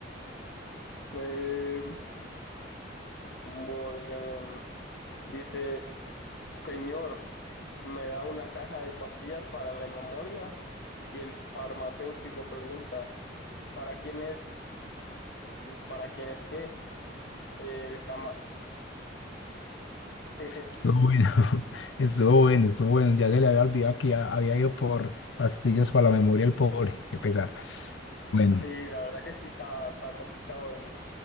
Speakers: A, on the left; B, on the left.
A: Eh, voy, em, dice, señor, me da una caja de pastillas para la memoria y el farmacéutico pregunta, ¿para quién es? ¿Para quién es qué? El cama- <laughs>
B: Estuvo bueno, <laughs> estuvo bueno, estuvo bueno. Ya se le había olvidado que ya había ido por pastillas para la memoria el pobre. Qué pesar. Bueno,
A: Sí, la verdad que sí está, está complicado el,